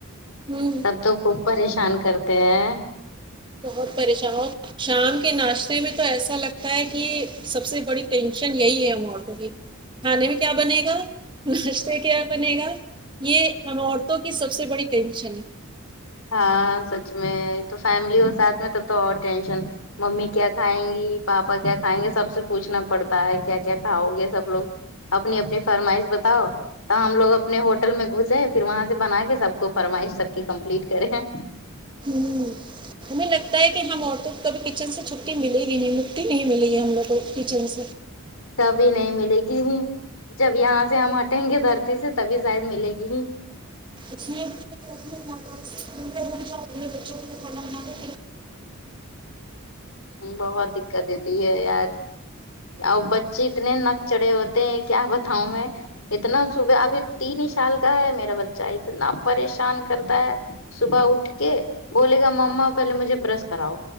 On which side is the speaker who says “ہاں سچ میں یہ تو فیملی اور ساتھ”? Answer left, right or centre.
Left